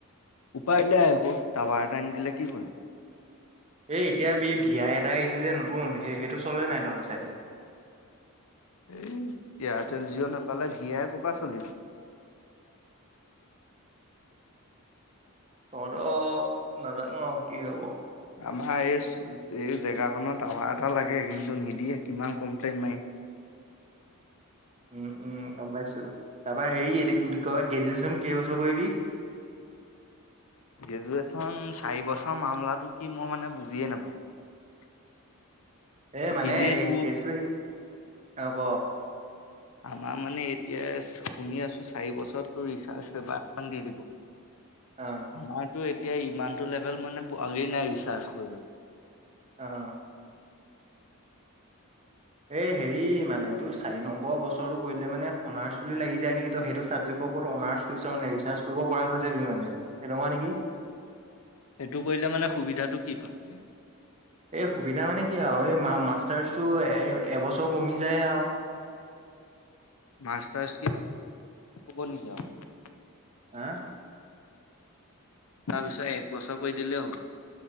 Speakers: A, on the left; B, on the right.
A: উপাই নাই। আকৌ টাৱাৰ এটা নিদিলে কি কৰিম।
B: এ, এতিয়া বে ভিয়াই এটা আহিছে যে নতুন সেই সেইটো চলে নাই তহঁতৰ ছাইদে?
A: এই এয়াৰটেল জিঅ' নাপালে ভি আই ক'ৰপা চলিব।
B: তহঁতক নাজানো আৰু কি হব।
A: আমাৰ এইচ এই জেগাখনত টাউৰ এটা লাগে কিন্তু নিদিয়ে, কিমান কমপ্লেইন মাৰিম।
B: উম, উম, গম পাইছো। তাৰপা হেৰি এদিক বুলি কয় গ্ৰেজুৱেশ্যন কেইবছৰ কৰিবি?
A: গ্ৰেজুৱেচন চাৰিবছৰ মামলাটো কি মই মানে বুজিয়ে নাপাওঁ।
B: এ, মানে
A: এনেইতো
B: কেছটো সি অ', ক
A: আমাৰ মানে এতিয়াচ শুনি আছোঁ চাৰি বছৰত ৰিচাৰ্জ পেপাৰ খন দি দিব।
B: অ
A: আমাৰতো এত তিয়াই ইমানটো লেভেল মানে পোৱা, গি নাই ৰিচাৰ্জ কৰিবলে।
B: অ'। এ, হেৰি মানে তোৰ চাৰি নম্বৰ বছৰটো কৰিলে মানে <unintelligible> চুলি লাগি যায় নেকি? ত' সেইটো চাবজেক ওপৰত অনাৰ্চ কৰিছ মানে ৰিচাৰ্জ কৰিব পৰা হৈছে সি মানে। তেনেকুৱা নেকি?
A: সেইটো কৰিলে মানে সুবিধাটো কি পাম?
B: এই সুবিধা মানে কি আৰু এই মা-মাষ্টাৰছটো এ-এবছৰ কমি যায় আৰু।
A: মাষ্টাৰছ কি <unintelligible> নিকি আৰু?
B: আ
A: তাৰপিছত এক বছৰ কৰি দিলেই হ'ব।